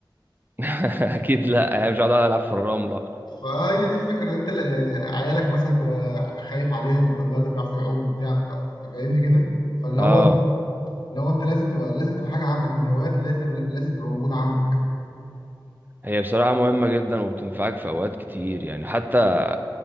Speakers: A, on the right; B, on the left.
A: <laughs> اكيد لا هي مش قاعدة العب في الرملة
B: فهي دي الفكرة إن أنت ل- عيالك مثلا تبقى خايف عليهم لا ده بيعرف يعوم وبتاع فأنت فاهمني كده فاللي
A: اه
B: هو اللي هو أنت لازم تبقى لازم تبقى حاجة عندك من الهوايات اللي هي تبقى- لازم تبقى موجودة عندك
A: هي بصراحة مهمة جدا وبتنفعك في اوقات كتير يعني حتى